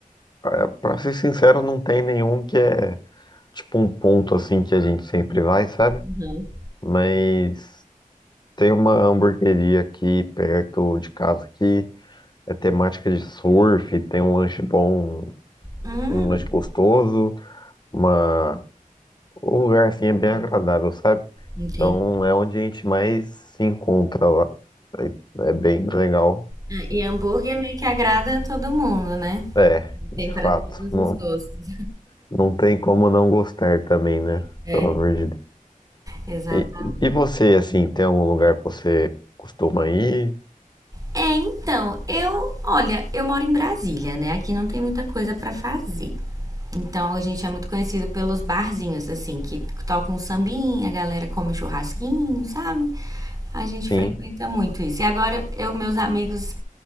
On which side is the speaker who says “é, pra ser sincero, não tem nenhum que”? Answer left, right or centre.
Left